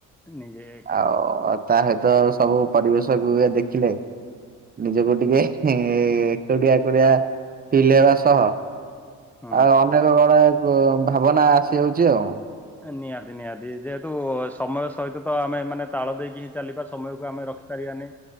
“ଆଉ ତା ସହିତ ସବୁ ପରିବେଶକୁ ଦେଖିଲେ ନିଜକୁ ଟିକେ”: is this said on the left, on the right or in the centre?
Right